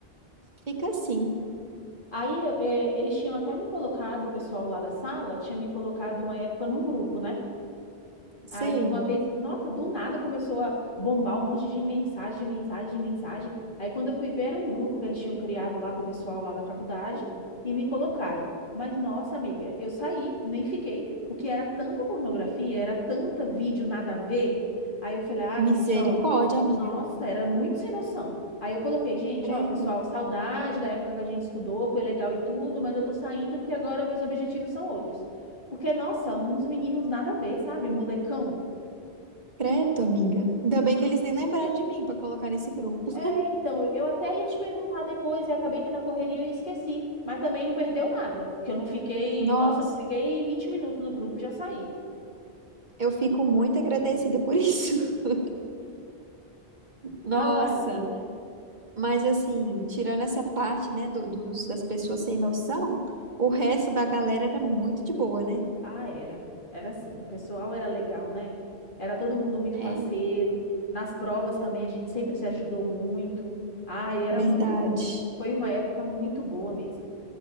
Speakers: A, on the right; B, on the left.
A: fica assim,
B: Aí, é, eles tinham até me colocado, o pessoal lá da sala tinha me colocado uma época num grupo, né?
A: sei,
B: Aí uma vez, nossa, do nada começou a bombar um monte de mensagem, de mensagem, de mensagem. Aí quando eu fui ver, era um grupo que eles tinham criado lá com o pessoal lá da faculdade e me colocaram. Mas nossa, amiga, eu saí, nem fiquei, porque era tanta pornografia, era tanta vídeo nada a ver. Aí eu falei, ah,
A: misericórdia,
B: gente, ó,
A: amiga.
B: nossa, era muito sem noção. Aí eu coloquei, gente,
A: Credo,
B: ó, pessoal, saudade da época que a gente estudou, foi legal e tudo, mas eu tô saindo porque agora meus objetivos são outros. Porque, nossa, uns meninos nada a ver, sabe? Molecão.
A: credo, amiga. Ainda bem
B: Ah,
A: que eles nem lembraram de mim pra colocar nesse grupo.
B: É, então, eu eu até ia te perguntar depois e acabei que na correria eu esqueci. Mas também não perdeu nada, porque eu não fiquei,
A: Nossa,
B: nossa, eu não fiquei 20 minutos no grupo e já saí.
A: eu fico muito agradecida por isso. <laughs> Nossa,
B: Ai,
A: mas assim, tirando essa parte, né, do- dos, das pessoas sem noção, o resto da galera era muito de boa, né?
B: ah, era. Era assim, o pessoal era legal, né? Era todo mundo muito
A: É,
B: parceiro. Nas provas também a gente sempre se ajudou muito. Ai, era
A: verdade.
B: muito bom. Foi uma época muito boa mesmo.